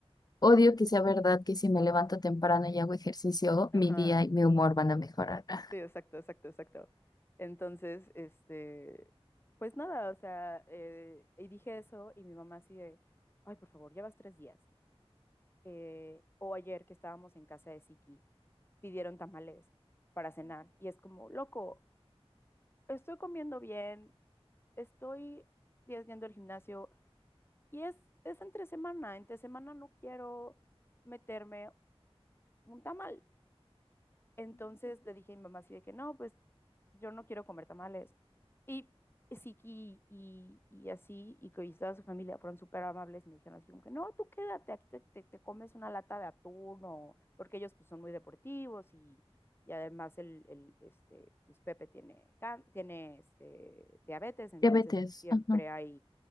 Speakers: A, on the left (about 40°); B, on the left (about 20°).
A: Odio que sea verdad que si me levanto temprano y hago ejercicio,
B: Ajá.
A: mi día y mi humor van a mejorar. Ah,
B: Sí, exacto, exacto, exacto. Entonces, este, pues nada, o sea, eh, y dije eso y mi mamá así de, ay, por favor, llevas tres días. Eh, o ayer que estábamos en casa de Siki, pidieron tamales para cenar y es como, loco, estoy comiendo bien, estoy días yendo al gimnasio y es, es entre semana, entre semana no quiero meterme un tamal. Entonces le dije a mi mamá así de que no, pues yo no quiero comer tamales. Y sí, y, y, y así, y que toda su familia fueron súper amables, me dijeron así como que no, tú quédate, aquí te, te- te comes una lata de atún, o, porque ellos pues son muy deportivos y, y además el, el, este, pues Pepe tiene, can- tiene este, diabetes, entonces
A: Diabetes,
B: pues siempre
A: ajá.
B: hay